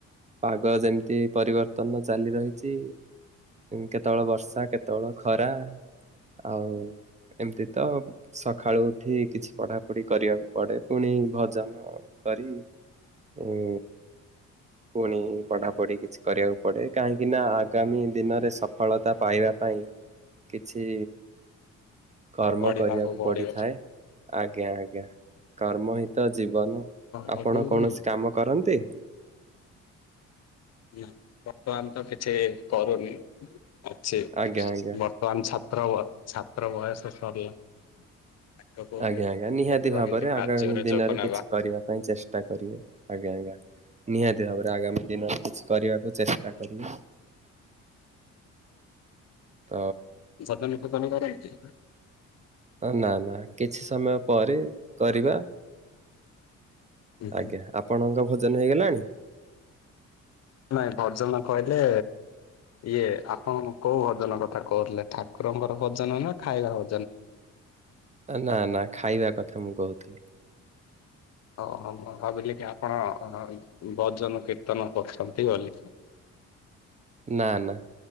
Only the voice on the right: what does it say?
ପାଗ ଯେମିତି ପରିବର୍ତ୍ତନ ଚାଲି ରହିଛି କେତେବେଳେ ବର୍ଷା କେତେବେଳେ ଖରା। ଆଉ ଏମିତି ତ ସ ସଖାଳୁ ଉଠି କିଛି ପଢା ପଢି କରିବାକୁ ପଡେ ପୁଣି ଭଜନ କରି ଉଁ ପୁଣି ପଢାପଢି କିଛି କରିବାକୁ ପଡ଼େ କାହିଁକିନା ଆଗାମୀ ଦିନରେ ସଫଳତା ପାଇବା ପାଇଁ କିଛି କର୍ମ
କରିବାକୁ
ପଡିଥାଏ ଆଜ୍ଞା। ଆଜ୍ଞା କର୍ମ ହ ତ ଜୀବନ
ଆପଣ କୌଣସି
କାମ କରନ୍ତି?
ଆଜ୍ଞା ଆଜ୍ଞା।
ଆଜ୍ଞା ଆଜ୍ଞା ନିହାତି
ଭାବରେ
ଆଗାମୀ
ଦିନରେ
କିଛି କରିବା ପାଇଁ ଚେଷ୍ଟା କରିବେ ଆଜ୍ଞା ଆଜ୍ଞା। ନିହାତି ଭାବରେ ଆଗାମୀ ଦିନରେ କିଛି କରିବାକୁ ଚେଷ୍ଟା କରିବି। ତ
ନା ନା କିଛି ସମୟ ପରେ କରିବା।
ଆଜ୍ଞା ଆପଣଙ୍କ ଭୋଜନ ହେଇଗଲାଣି?
ନା ନା ଖାଇବା କଥା ମୁଁ କହୁଥିଲି।
ନା ନା